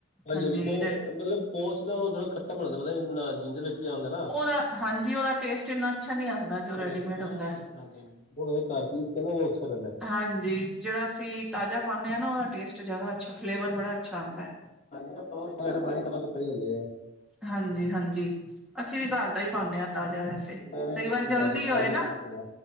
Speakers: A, on the left; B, in the centre.
A: ਹਾਂਜੀ-ਹਾਂਜੀ
B: ਹਾਂਜੀ
A: ਪੌ ਮਤਲਬ ਉਹ 'ਚ ਨਾ ਉਹ ਖੱਟਾ ਬਣਾਉਦੇ ਜਾਂਦਾ ਪਤਾ ਜਿੰਜਰ ਵਿੱਚ ਪਿਆ ਹੁੰਦਾ ਨਾ।
B: ਉਹਦਾ, ਹਾਂਜੀ ਉਹਦਾ ਟੇਸਟ ਇੰਨਾ ਅੱਛਾ ਨਹੀ ਆਉਂਦਾ। ਰੈਡੀਮੇਡ
A: ਹਾਂਜੀ ਜੋ
B: ਹੁੰਦਾ
A: ਹਾਂਜੀ-ਹਾਂਜੀ ਕਾਰਪੀਸ ਕੇ ਨਾ ਅੱਛਾ ਰਹਿੰਦਾ।
B: ਹਾਂਜੀ, ਜਿਹੜਾ ਅਸੀਂ ਤਾਜ਼ਾ ਪਾਉਣੇ ਆ ਨਾ ਉਹਦਾ ਟੇਸਟ ਜ਼ਿਆਦਾ ਅੱਛਾ ਫਲੇਵਰ ਬੜਾ ਅੱਛਾ ਆਂਉਦਾ ਐ।
A: <unintelligible>
B: ਹਾਂਜੀ-ਹਾਂਜੀ ਅਸੀਂ ਵੀ ਘਰ ਦਾ ਈ ਪਾਂਉਣੇ ਆ ਤਾਜ਼ਾ ਵੈਸ ਤੇ
A: ਮੈਂ ਵੀ
B: ਕਈ ਵਾਰ
A: ਬਿਲਕੁਲ
B: ਜਲਦੀ
A: ਘਰ ਘਰ
B: ਹੋਏ
A: ਹੀ
B: ਨਾ।
A: ਪੀਸ ਲਿਆ